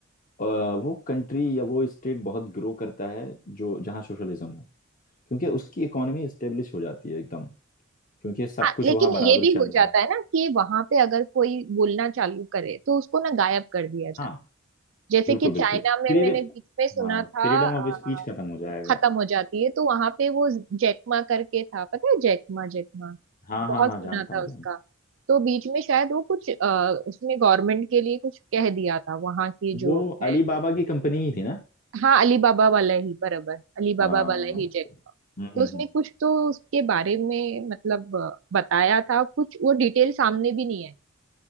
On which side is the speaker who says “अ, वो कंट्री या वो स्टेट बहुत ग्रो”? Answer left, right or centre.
Left